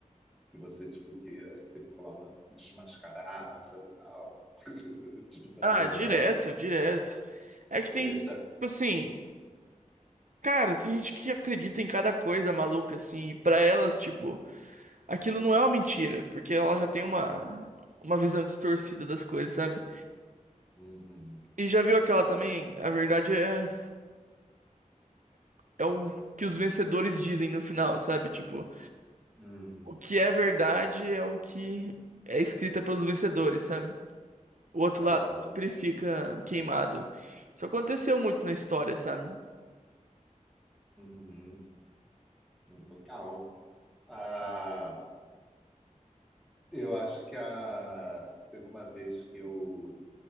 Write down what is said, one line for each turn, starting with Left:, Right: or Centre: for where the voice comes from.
Centre: que você, tipo, que aí teve que colar uma, desmascarar, sabe, e tal? <laughs> Tipo cena
Right: Ah,
Centre: de
Right: direto,
Centre: novela.
Right: direto. É que tem
Centre: Eita!
Right: gente, tipo assim, cara, tem gente que acredita em cada coisa maluca, assim, e pra elas, tipo. aquilo não é uma mentira, porque ela já tem uma, uma visão distorcida das coisas, sabe?
Centre: Uhum.
Right: E já viu aquela também? A verdade é, é o que os vencedores dizem no final, sabe? Tipo,
Centre: Hum.
Right: o que é verdade é o que é escrita pelos vencedores, sabe? O outro
Centre: Aham.
Right: lado sempre fica queimado. Isso aconteceu muito na história, sabe?
Centre: Uhum. Uhum. Total. Ah. Eu acho que a... teve uma vez que eu